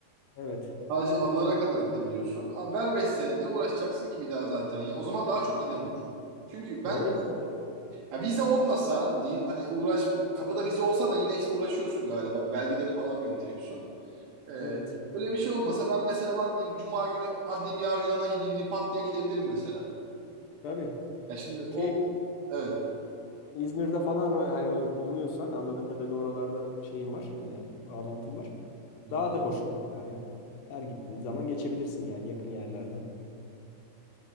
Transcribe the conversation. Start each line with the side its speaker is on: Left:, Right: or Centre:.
Left: Evet.
Right: Sadece adalara kadar gidebiliyorsun. Abi ver 5 sene ne uğraşacaksın ki bir daha zaten ya. O zaman daha çok giden olur. Çünkü ben
Left: Öyle tabii.
Right: ya vize olmasa diyeyim hani uğraş kapıda vize olsa da yine işte uğraşıyorsun galiba. Belgelerini falan gönderiyorsun. E,
Left: Evet.
Right: öyle bir şey olmasa ben mesela lan diyeyim Cuma günü hadi diyeyim yarın Yunan'a gideyim diyeyim pat diye gidebilirim mesela.
Left: Tabii.
Right: Ya şimdi
Left: Ki
Right: o evet.
Left: İzmir'de falan o- hani bulunuyorsan anladığım kadarıyla oralarda şeyim var, e, bağlantım var.
Right: Hı
Left: Daha
Right: hı.
Left: da hoş olur yani. Her gittiğin zaman geçebilirsin yani yakın yerlerden.